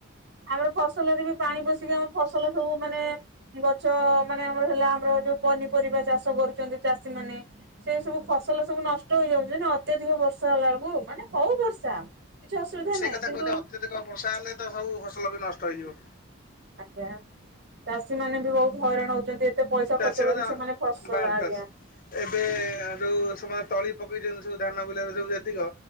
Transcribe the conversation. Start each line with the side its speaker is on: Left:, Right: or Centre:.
Right: ଆମର ଫସଲରେ ବି ପାଣି ପଶିକି ଆମ ଫସଲ ସବୁ ମାନେ ଗଛ ମାନେ ଆମର ହେଲା ଆମର ଯୋଉ ପନିପରିବା ଚାଷ କରୁଛନ୍ତି ଚାଷୀ ମାନେ। ସେଇ ସବୁ ଫସଲ ସବୁ ନଷ୍ଟ ହେଇଯାଉଛି ନା ଅତ୍ୟଧିକ ବର୍ଷା ହେଲା ବେଳକୁ ମାନେ ହଉ ବର୍ଷା। କିଛି ଅସୁବିଧା
Left: ସେଇ
Right: ନାହିଁ
Left: କଥା
Right: କିନ୍ତୁ
Left: କୁହଛ ଅତ୍ୟଧିକ ବର୍ଷା ହେଲେ ତ ସବୁ ଫସଲ ବି ନଷ୍ଟ ହେଇଯିବ।
Right: ଆଜ୍ଞା ଚାଷୀ ମାନେ ବି ବହୁତ ହଇରାଣ ହଉଛନ୍ତି। କେତେ ପଇସା
Left: ଚାଷୀମାନେ
Right: ଖର୍ଚ୍ଚ କରିକି ସେମାନେ ଫସଲ
Left: ବାସ୍
Right: ଆଜ୍ଞା।
Left: ବାସ୍ ଏବେ ଯୋଉ ସେମାନେ ତଳି ପକେଇଛନ୍ତି ସବୁ ଧାନ ବିଲ ସବୁ ଯେତିକ